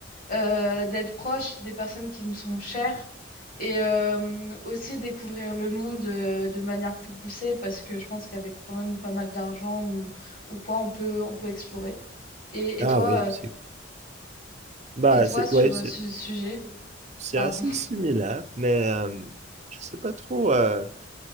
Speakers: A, on the left; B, on the right.
A: euh, d'être proche des personnes qui me sont chères et euh, aussi découvrir le monde de, de manière plus poussée parce que je pense qu'avec quand même pas mal d'argent ou, ou quoi, on peut, on peut explorer. Et, et
B: Ah
A: toi,
B: oui,
A: euh,
B: c'est bah
A: et toi
B: c'est
A: sur
B: ouais, c'est
A: euh, ce sujet,
B: c'est
A: pardon.
B: assez
A: <laughs>
B: similaire, mais euh, je sais pas trop. euh,